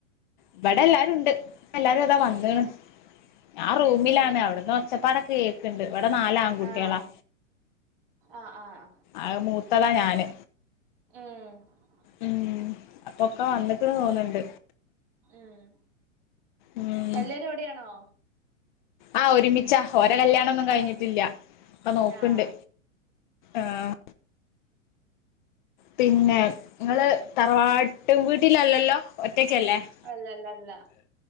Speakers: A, on the left; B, on the right.
A: ഇവടെ എല്ലാരും ണ്ട്. എല്ലാരും അതാ വന്ന്ണ്
B: ഉം
A: ഞാൻ
B: ഉം
A: റൂമിലാണ്.
B: ഉം
A: അവ്ടുന്ന് ഒച്ചപ്പാടൊക്കെ കേക്കണുണ്ട് ഇവിടെ നാലാ ആൺകുട്ടികളാ
B: ആഹ് ആഹ് ആഹ്
A: ആഹ് മൂത്താള ഞാന്.
B: മം
A: മ് അപ്പൊക്കെ വന്നിക്ക്ണ് തോന്ന് ണ്ട്
B: മം.
A: ഉം
B: എല്ലാരും അവിടെയാണോ
A: ആഹ് ഒരുമിച്ചാ ഓരെ കല്യാണൊന്നും കഴിഞ്ഞിട്ടില്ല
B: ആഹ്
A: ഇപ്പ നോക്കണ്ട്
B: ആഹ്
A: ആഹ് പിന്നെ ഇങ്ങള് തറവാട്ട് വീട്ടിലല്ലല്ലോ ഒറ്റക്കല്ലേ <inaudible>
B: അല്ലല്ലല്ല